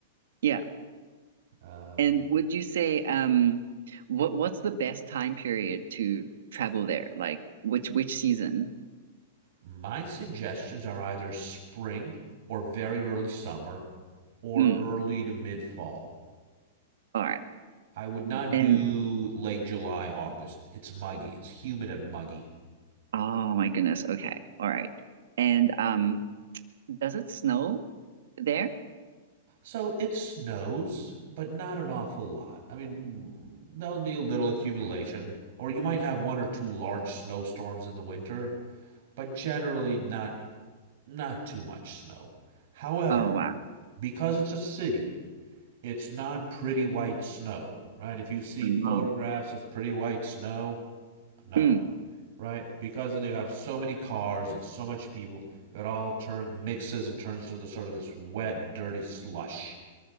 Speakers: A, on the right; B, on the right.
A: Yeah.
B: Um,
A: And would you say um what what's the best time period to travel there? Like which which season?
B: My suggestions are either spring or very early summer or
A: Mm.
B: early to mid fall.
A: All right.
B: I would not
A: And
B: do late July, August. It's muggy, it's humid and muggy.
A: oh my goodness. Okay. All right. And um does it snow there?
B: So it snows, but not an awful lot. I mean, there'll be a little accumulation, or you might have one or two large snowstorms in the winter, but generally not not too much snow. However,
A: Oh wow.
B: because it's a city, it's not pretty white snow, right? If you've seen
A: No.
B: photographs of pretty white snow, no,
A: Mm.
B: right? Because they have so many cars and so much people, it all turn mixes and turns to the sort of this wet, dirty slush.